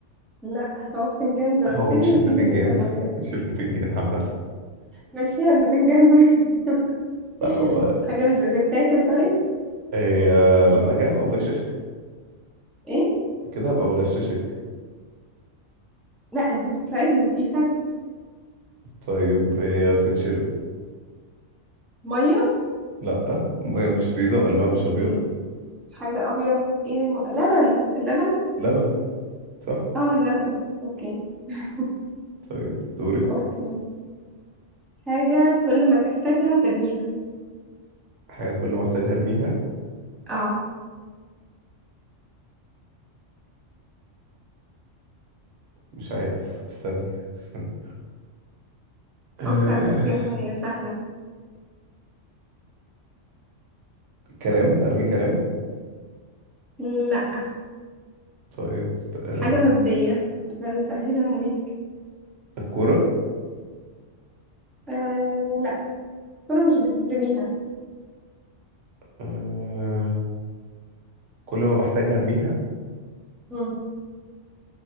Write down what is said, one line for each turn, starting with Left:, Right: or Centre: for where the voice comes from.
Centre: لا هو بتنجان بنفسجي
Right: هو مش
Centre: وفي
Right: البتنجان
Centre: بتنجان ابيض
Right: <laughs> مش البتنجان عامة
Centre: ماشيها البتنجان طيب
Right: لا
Centre: <laughs>
Right: هو
Centre: حاجه مش بتتاكل طيب
Right: هي لا ما كده هبقى بغششك
Centre: ايه
Right: كده هبقى بغششك
Centre: لا انت بتساعدني في فرق
Right: طيب هي بتتشرب
Centre: ميه
Right: لا المية مش بيضة وقلبها مش أبيض
Centre: مم. حاجه ابيض ايه م... لبن اللبن
Right: لبن صح
Centre: اه اللبن اوكي <laughs>
Right: طيب دورك
Centre: اوكي حاجه كل ما تحتاجها ترميها
Right: حاجة كل ما احتاج ارميها
Centre: اه
Right: مش عارف استني استني آه،
Centre: فكر هتجيبها هي سهله
Right: كلام ارمي كلام
Centre: لا
Right: طيب آه
Centre: حاجه ماديه عشان اسهلها عليك
Right: الكورة
Centre: آه لا الكره مش بترميها
Right: آه كل ما بحتاج ارميها
Centre: مم.